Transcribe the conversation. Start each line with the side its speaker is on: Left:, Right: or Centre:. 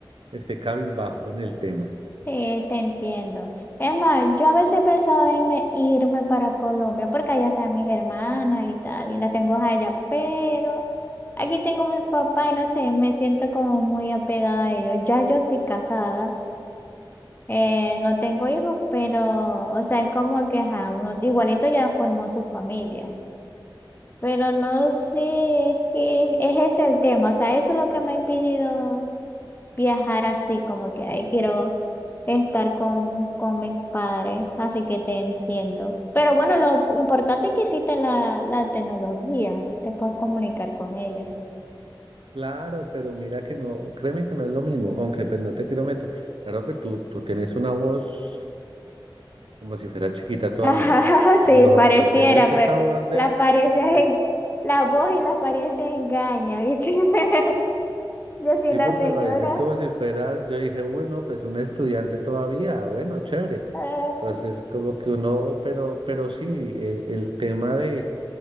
Right: esté cabizbajo en el tema.
Left: Sí, te entiendo. Es más, yo a veces he pensado en me- irme para Colombia porque allá están mis hermanas y tal, y las tengo a ellas, pero aquí tengo mis papás y no sé, me siento como muy apegada a ellos. Ya yo estoy casada, eh, no tengo hijos, pero, o sea, es como que, ajá, uno igualito ya formó su familia. Pero no sé, es que es ese es el tema, o sea, eso es lo que me ha impedido viajar así, como que ahí quiero estar con, con mis padres, así que te entiendo. Pero bueno, lo importante es que existe la, la tecnología, te puedes comunicar con ella.
Right: Claro, pero mira que no, créeme que no es lo mismo, aunque pues no te quiero meter. Claro que tú, tú tienes una voz como si fuera chiquita
Left: <laughs>
Right: todavía.
Left: Ajá, sí,
Right: No,
Left: pareciera,
Right: no tienes esa
Left: pero
Right: voz de,
Left: la apariencia
Right: de
Left: en, la voz y la apariencia engaña, ¿viste? <laughs> Yo soy
Right: Sí,
Left: una
Right: porque
Left: señora.
Right: parecías como si fueras, yo dije, uy, no, pues un estudiante todavía, bueno, chévere.
Left: ah,
Right: Entonces, como que uno, pero, pero sí, eh, el tema de,